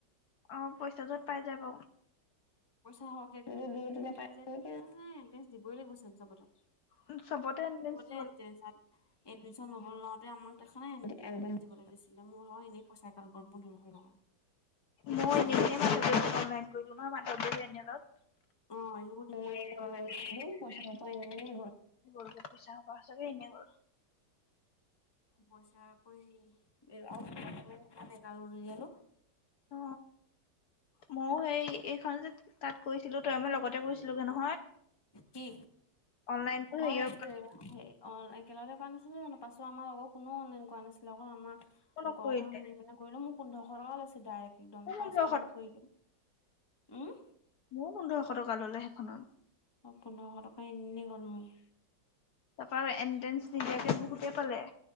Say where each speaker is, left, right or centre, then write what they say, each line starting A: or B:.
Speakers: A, on the left; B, on the left.
A: অ, পইচা যত পাই যায় ব
B: পইচা সৰহকে এ দিবই লাগিব চ চবতে
A: উম, চবতে আনিল।
B: তে- তেন চাৰ এডমিশ্যন ল'বলৈ লওতে আমাক দেখ নাই দিবলৈ দিছিলে মোৰ হয় এনেই পইচাই ক গ'ল পোন্ধৰশ টকা।
A: মই
B: কিছুমানে
A: এনে মলন কৰিলো ন মাধৱদেৱে এলত
B: অ, থ পইচা পবাৰ <unintelligible>
A: গ'লগে পইচা পচাকে এনে কৰ
B: পইচা কৰিগাল ইলো।
A: অ, মইও সেই এইখন যে তাত কৈছিলো তই মই লগতে কৰিছিল কে নহ।
B: কি
A: অনলাইনতো হেৰিয়ৰ
B: অ, সেইটোৱ অ, হাই একেলগতে কৰা নাছিলে জানো পাছো আমাৰ লগত কো অনলাইন কৰা নাছিলেক আমাৰ
A: কাকো নকৰিলে
B: লোকৰ কথা শুনি পেলাই কৰিলো মোক। পোন্ধৰশ টকা লৈছে ডাইৰেক্ট একদম
A: মোৰ পোন্ধৰশ
B: পাচখনত কৰিলো উম,
A: ময় বন্ধৰ এশ টকা ললে সেইখনত
B: অ, পোন্ধৰশ টকা এনেই গল মোৰ।
A: তাৰপা এণ্ট্ৰেন্ঞ্চ নিদিয়াকে বহুতে পালে।